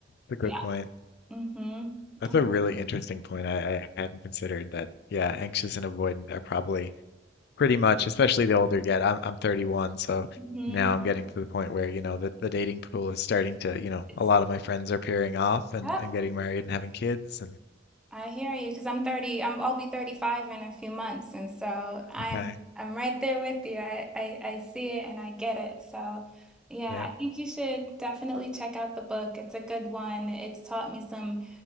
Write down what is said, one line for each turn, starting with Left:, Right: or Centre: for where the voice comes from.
Left: It's a good
Centre: yeah.
Left: point.
Centre: Mm-hmm.
Left: That's
Centre: It's,
Left: a really interesting point. I, I hadn't considered that. Yeah, anxious and avoidant are probably pretty much, especially the older you get. I'm I'm 31, so
Centre: mm-hmm.
Left: now I'm getting to the point where, you know, the, the dating pool is starting to, you know,
Centre: It's,
Left: a lot of my friends are pairing off and,
Centre: yep.
Left: and getting married and having kids and
Centre: I hear you because I'm 30, I'm I'll be 35 in a few months and so I'm
Left: okay,
Centre: I'm right there with you. I, I I see it and I get it. So yeah,
Left: yeah,
Centre: I think you should definitely check out the book. It's a good one. It's taught me some